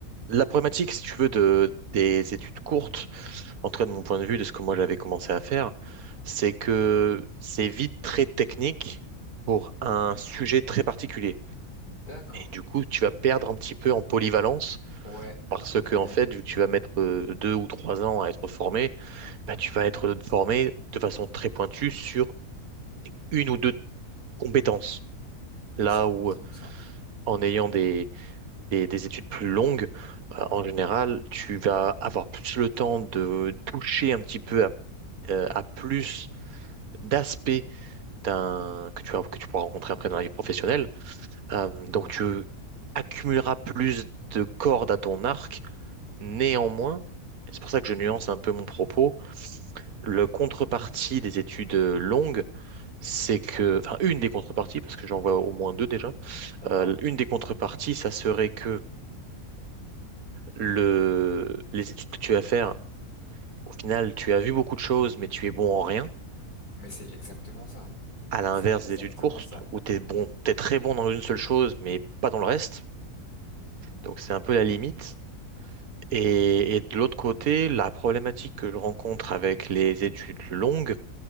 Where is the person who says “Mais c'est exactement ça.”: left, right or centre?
Left